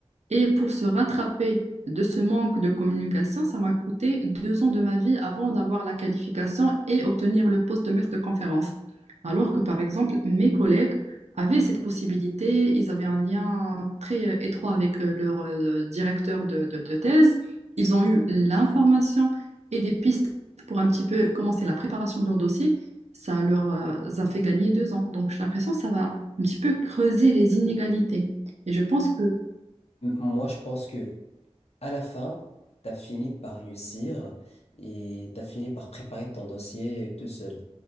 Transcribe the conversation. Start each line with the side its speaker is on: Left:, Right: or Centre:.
Right: Et pour se rattraper de ce manque de communication, ça m'a coûté deux ans de ma vie avant d'avoir la qualification et obtenir le poste de maître de conférence. Alors que, par exemple, mes collègues avaient cette possibilité, ils avaient un lien très euh, étroit avec euh, leur euh, directeur de, de- de thèse, ils ont eu l'information et des pistes pour un petit peu commencer la préparation de leur dossier. Ça leur euh, a fait gagner deux ans. Donc, j'ai l'impression que ça va un petit peu creuser les inégalités. Et je pense que
Left: M- Moi, je pense que à la fin, tu as fini par réussir et tu as fini par préparer ton dossier tout seul.